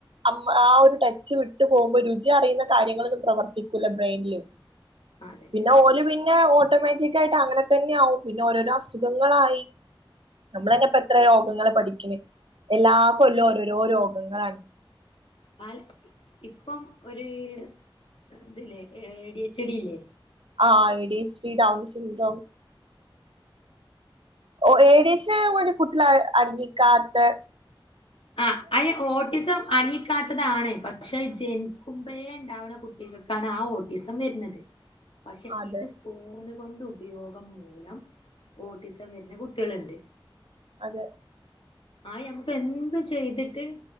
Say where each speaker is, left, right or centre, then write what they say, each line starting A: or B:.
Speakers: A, on the right; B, on the left.
A: അമ് ആ ഒര് ടച്ച് വിട്ട് പോവുമ്പോ രുചി അറിയുന്ന കാര്യങ്ങളൊന്നും പ്രവർത്തിക്കൂല്ല ബ്രെയിന്ല്
B: അതന്നെ
A: പിന്നെ ഓല് വീ ന്നെ ഓട്ടോമാറ്റിക്കായിട്ട് അങ്ങനെ തന്നെ ആവും പിന്നെ ഓരോരോ അസുഖങ്ങളായി നമ്മളന്നെപ്പത്രെ
B: ആഹ്
A: രോഗങ്ങള് പഠിക്ക്ണ് എല്ലാ കൊല്ലൊ
B: ഉം
A: ഓരോരോ രോ ഗങ്ങളാണ്
B: പല ഉം ഇപ്പം ഒര് കാ ഇത്ല്ലെ ഏഹ് ഡി എച്ച് ടില്ലേ
A: ആഹ് A D H P down സ് സിൻഡ്രം ഓ ഏദേശാ <unintelligible> കുട്ടിയളാ അടങ്ങിക്കാത്തെ
B: ആ അയ്ന് ഓട്ടിസം അ <unintelligible> യിക്കാത്തതാണ് പക്ഷെ ജെനിക്കുമ്പയെ ഉണ്ടാവുന്ന കുട്ടികൾക്കാണ് ആ ഓട്ടിസം വരുന്നത് പക്ഷെ
A: അതെ
B: ഇത് പോലും കൊണ്ട് ഉപയോഗം മൂലം ഓട്ടിസം വരുന്ന കുട്ടികളുണ്ട്
A: അതെ
B: ആ ഞമ്മ്ക്ക് എന്തും ചെയ്തിട്ട്